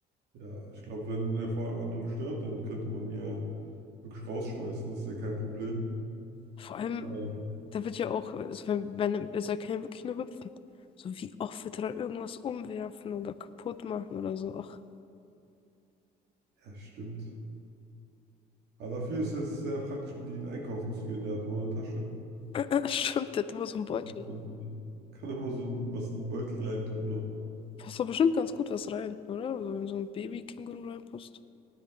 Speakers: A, on the right; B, on the left.
A: Ja, ich glaube, wenn er vor allem andere stört, dann könnte man ihn ja wirklich rausschmeißen, das ist ja kein Problem.
B: Vor allem,
A: Ähm,
B: der wird ja auch, also wenn, wenn also er kann ja wirklich nur hüpfen. So, wie oft wird er dann irgendwas umwerfen oder kaputt machen oder so? Ach,
A: Ja, stimmt. Aber dafür ist es sehr praktisch, mit ihnen einkaufen zu gehen. Er hat immer eine Tasche.
B: <laughs> stimmt, der hat immer so einen Beutel.
A: Das Kann immer so ein- was in den Beutel reintun noch.
B: Passt doch bestimmt ganz gut was rein, oder? Also, wenn so ein Baby-Känguru reinpasst.